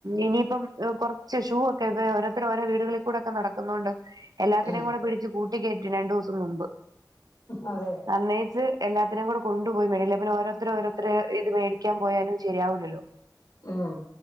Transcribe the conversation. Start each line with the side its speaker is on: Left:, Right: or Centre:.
Right: ഇനിയിപ്പം കൊറച്ച് ഷൂവൊക്കെ ഇപ്പ ദേ ഓരോത്തരും ഓരോ വീടുകളിൽ കൂടൊക്കെ നടക്കുന്നോണ്ട് എല്ലാത്തിനും
Left: ഉം
Right: കൂടെ പിടിച്ച് കൂട്ടികേറ്റി രണ്ടൂസം നുമ്പ്
Left: അതെ
Right: അന്നേച്ച് എല്ലാത്തിനേം കൂടെ കൊണ്ടുപോയി മേളില് പിന്നെ ഓരോത്തര ഓരോരുത്തരു ഇത് മേടിക്കാൻ പോയാലും ശരിയാവുലല്ലോ
Left: ഉം